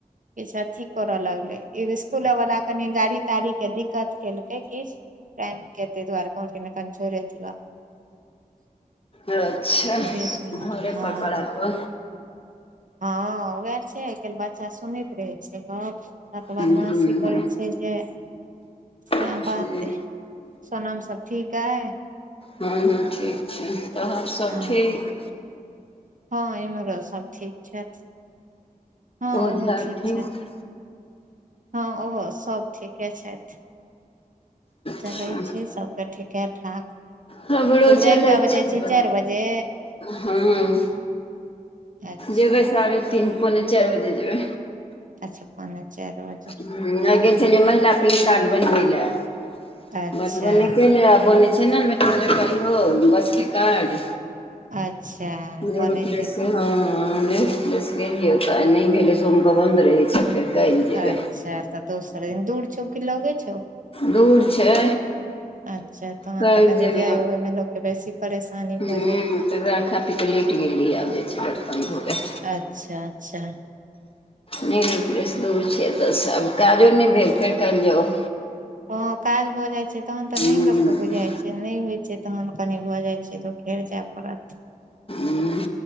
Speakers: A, on the right; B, on the left.
A: किछ अथी करऽ लगले ई ईसकुलो वाला कनि गाड़ी ताड़ी के दिक्कत केलकै किछ। तेंत के एते द्वारे कहलक कि अखन छोईरे दियौ आब।
B: अच्छा घरे
A: से दुआरे हँ
B: पड़ ‌पड्हाबा।
A: हँ उएह छै, आइ काल्हि बच्चा सुनैत रहै छैय गप। त तऽ
B: हम्म,
A: बादमांशी
B: हम्म,
A: करै छै, जे सएह
B: हम्म।
A: बातयऽ। सोनम सब ठीकऐ।
B: हँ हँ ठीक छै, तोहर सब
A: हँ
B: ठीक।
A: हँ इमहरो सब ठीक छथि। हँ
B: ओझा
A: ओहो
B: ठीक।
A: छथि हँ ओहो सब ठीके छैथ। चलै
B: अच्छा
A: छै सबके ठीके-ठाक।
B: हमरो
A: तऽ
B: चलै
A: जाइ कालमे
B: छै
A: जाइ छी‌ चारि बजे।
B: हँ
A: अच्छा
B: जेबै साढ़े तीन पौने चारि बजे जेबै।
A: अच्छा पोने चारि बजे।
B: हुं आय
A: हूँ
B: गेल छलियै, महिला पेन कार्ड बनबै लए।
A: अच्छा
B: बनबेले गेल आ बने छै, ने मेट्रो जकाॅं इहो बसके कार्ड।
A: अच्छा
B: नरु
A: बनैत
B: पस
A: हेतै
B: हँ नेर। बस गेलियै ओतऽ आय नहि भेलै सोमके बन्द रहै छै फेर। काल्हि जेबै
A: अच्छा तऽ दोसरे दिन दूर छौ की लऽगे छौ।
B: दूर छै।
A: अच्छा तहन
B: काल्हि
A: तऽ कनि
B: जेबै
A: जाय आबैमे लोकके कनि बेसी परेशानी भऽ जा।
B: ह ताहि दुआरे खा पी कऽ लेटि गेलीयै आब जे छै बर्तन धोबै।
A: अच्छा अच्छा।
B: मेने प्रेस दूर छै, एतऽस आब काजो नहि भेल फेर काइल जाउ।
A: हँ काज भऽ जाइत छै, तहन तऽ
B: ह
A: नहि लोकके बुझाइत छै, नहि होइत छै। तहन कनि भऽ जाइ छै, तऽ फेर जाय पड़त।
B: ऊं